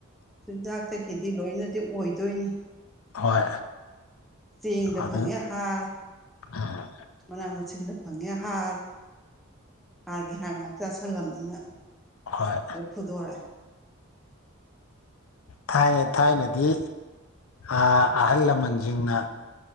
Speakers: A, in the centre; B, on the left.
A: ꯆꯤꯟꯖꯥꯛꯇꯒꯤꯗꯤ ꯂꯣꯏꯅꯗꯤ ꯑꯣꯏꯗꯣꯏꯅꯤ
B: ꯍꯣꯏ
A: ꯆꯦꯡꯗ
B: ꯑꯗꯨ
A: ꯐꯪꯉꯦ ꯍꯥꯔ
B: ꯎꯝ
A: ꯃꯅꯥ ꯃꯁꯤꯡꯗ ꯐꯪꯉꯦ ꯍꯥꯔ ꯍꯥꯔꯒꯤ ꯍꯥꯔ ꯉꯥꯏꯍꯥꯛ ꯆꯥꯥꯁꯜꯂꯝꯕꯅꯤꯅ
B: ꯍꯣꯏ
A: ꯂꯣꯏ ꯐꯨꯗꯣꯔꯛꯑꯦ <unintelligible> <inaudible> <inaudible>
B: ꯊꯥꯏꯅ ꯊꯥꯏꯅꯗꯤ ꯑꯍꯜ ꯂꯃꯟꯁꯤꯡꯅ